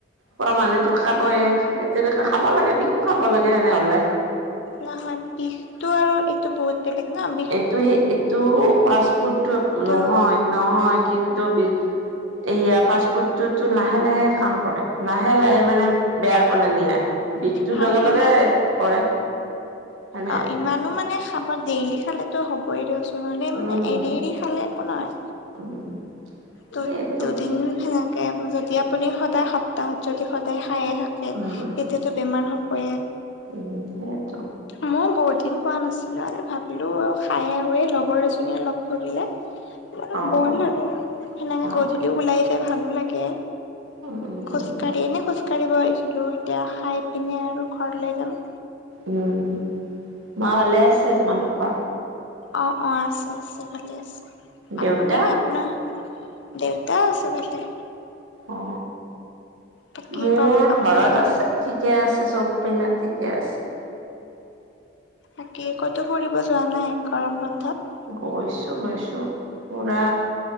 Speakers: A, on the right (about 85°); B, on the left (about 65°).
A: খোৱা মানুহ তো খাবয়ে সেই তেনেকুৱে খাব লাগে বিষো খাব লাগে তেনেহলে
B: নহয় বিষতটো আৰু এইটো বহুত বেলেগ ন বিষ
A: এইটো সেই এইটো পাছপটটো
B: ত'
A: নহয় নহয় কিন্তু বি এয়া ফাষ্ট ফুডতো লাহে লাহে কাম কৰে লাহে লাহে মানে বেয়াৰ পালে নিয়া বিষটোৰ
B: হয়
A: লগে
B: সিমান
A: লগে কৰে হয়নে
B: অ ইমানো মানে খাব ডেইলি খালেতো হবই দিয়ক চোন। মনে মানে
A: উম
B: এৰি এৰি খালে একো নহয়
A: <unintelligible>
B: দুদ
A: সেইটো
B: দুদিন সেনেকে যদি আপুনি সদায় সপ্তাহত যদি সদায় খায়।
A: উম
B: এতিয়াতো বেমাৰ হবয়ে
A: উম সেইয়েতো
B: মই বহুত দিন খোৱা নাছিলো আৰু ভাবিলো খাই আহো লগৰ এজনীয়ে লগ কৰিলে।
A: <inaudible>
B: বোলো বল
A: অ অ
B: আৰু সেনেকে
A: অ
B: গধূলিও ওলাই যাই ভালো লাগে
A: উম উম
B: খোজকাঢ়ি
A: উম।
B: এনেই খোজকাঢ়িব আহিছিলো এতিয়া খাই পিনে আৰু ঘৰ লৈ যাম।
A: উম মা ভালে আছে তোমালোকৰ
B: অ অ আছে আছে ভালে আছে
A: দেউতা
B: আপুনি আপোনাৰ দেউতা আছে ভালে
A: অ
B: বাকী
A: মোৰ
B: কওক আপুনি
A: ঘৰত আছে। ঠিকে আছে চব বিলাক ঠিকে আছে।
B: বাকি কতো ফুৰিব যোৱা নাই গৰম বন্ধত।
A: গৈছো গৈছো পুৰা